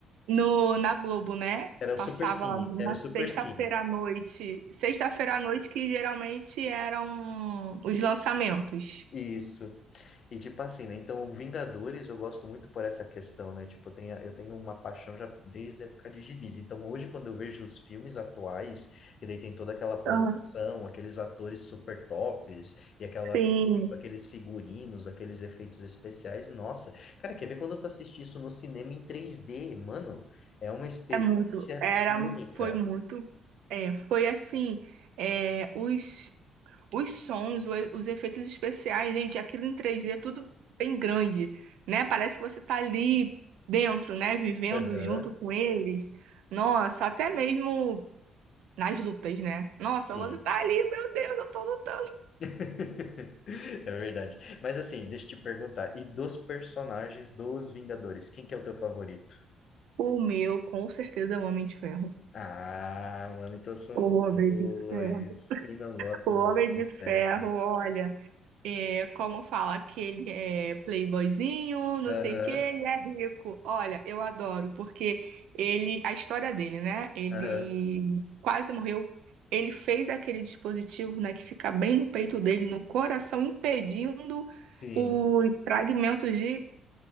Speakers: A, on the right; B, on the left.
A: no, na Globo, né?
B: Era o
A: Passava
B: Supercine.
A: na
B: Era o Supercine.
A: sexta-feira à noite. Sexta-feira à noite que geralmente eram os lançamentos.
B: Isso. E tipo assim, né? Então, Vingadores eu gosto muito por essa questão, né? Tipo, eu tenho, eu tenho uma paixão já desde a época de gibis. Então, hoje, quando eu vejo os filmes atuais, que daí tem toda aquela produção,
A: Ah,
B: aqueles atores super tops, e aquela,
A: sim,
B: aqueles figurinos, aqueles efeitos especiais, nossa, cara, quer ver quando tu assiste isso no cinema em 3D, mano? É uma experiência
A: é muito. Era,
B: única.
A: foi muito. É, foi assim, é, os os sons, o e- os efeitos especiais, gente, aquilo em três d é tudo bem grande, né? Parece que você tá ali dentro, né? Vivendo
B: Aham,
A: junto com eles. Nossa, até mesmo nas lutas, né? Nossa,
B: sim.
A: você tá ali, meu Deus, eu tô lutando.
B: <laughs> É verdade. Mas assim, deixa eu te perguntar. E dos personagens dos Vingadores, quem que é o teu favorito?
A: O meu, com certeza, é o Homem de Ferro.
B: Ah, mano, então são
A: O
B: os
A: Homem
B: dois.
A: de Ferro.
B: Quem não gosta
A: O Homem
B: do Homem
A: de
B: de Ferro?
A: Ferro, olha. é, como fala que ele é playboyzinho, não
B: Aham,
A: sei o quê, e é rico. Olha, eu adoro, porque ele, a história dele, né? Ele
B: aham.
A: quase morreu. Ele fez aquele dispositivo, né, que fica bem no peito dele, no coração, impedindo
B: Sim.
A: os fragmentos de